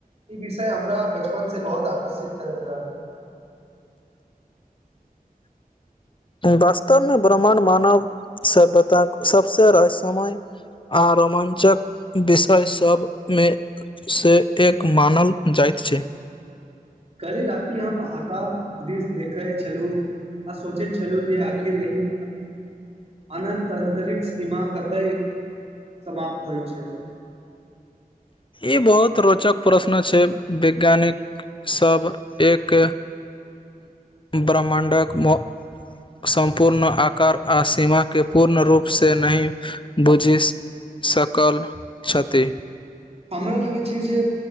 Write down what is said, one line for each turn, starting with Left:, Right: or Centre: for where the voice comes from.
Right: ई विषय हमरा बचपन से बहुत आकर्षित करैत रहल
Left: वास्तवमे ब्रह्मा्ड मानव सभ्यताक सबस रहस्यमय आ रोमाञ्चक विषय सभमे से एक मानल जाइत छै
Right: कालहि राति हम आकाश दिश देखे छलुँ आ सोचे छलहूँ चलू जे आखिर एहि अनन्तंतरिक्ष सीमा कतय समाप्त होइ छै
Left: ई बहुत रोचक प्रश्न छै वैज्ञानिक सभ एक ब्रह्मण्डक म- सम्पूर्ण आकार आ सीमा के पूर्ण रूप से नहि बुझि सकल ते
Right: हमरा लागै छै जे